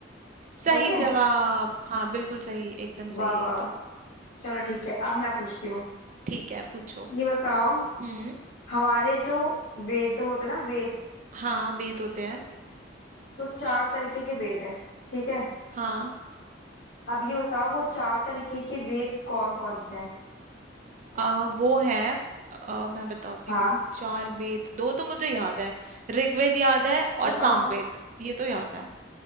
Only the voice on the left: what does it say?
सही है
वाह
वाह
वाह
चलो ठीक है अब मैं पूछती हूँ
ये बताओ
हमारे जो वेद होते हैं ना वेद
तो चार तरीके के वेद हैं ठीक है
अब ये बताओ वो चार तरीके के वेद कौन कौन से हैं
हाँ
बताओ